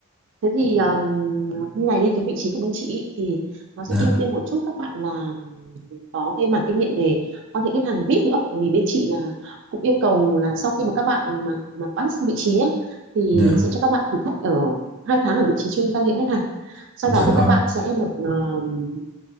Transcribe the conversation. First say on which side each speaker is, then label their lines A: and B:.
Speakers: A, on the right (about 60°); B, in the centre.
A: thế thì um, như này đi cái vị trí của bên chị ý, thì nó sẽ
B: dạ
A: ưu tiên một chút các bạn là có cái mảng kinh nghiệm về quan hệ khách hàng VIP nữa bởi vì bên chị là cũng yêu cầu là sau khi mà các bạn mà mà pass vị trí nhé thì
B: dạ
A: sẽ cho các bạn thử thách ở hai tháng ở vị trí chuyên quan hệ khách hàng sau
B: dạ
A: đó thì
B: vâng
A: các bạn sẽ được um,